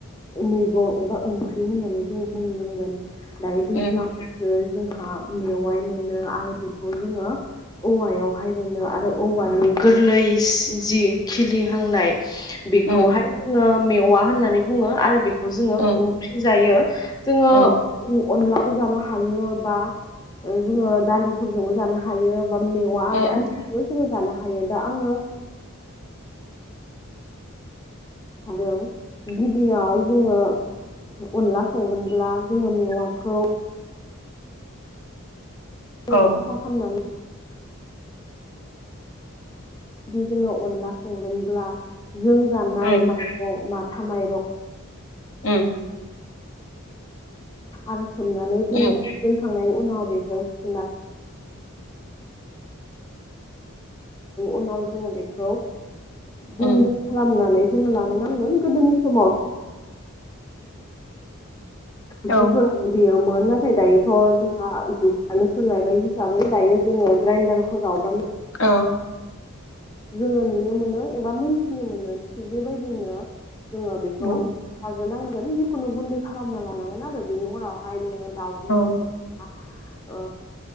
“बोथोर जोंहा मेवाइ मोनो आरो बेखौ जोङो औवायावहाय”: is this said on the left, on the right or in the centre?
Left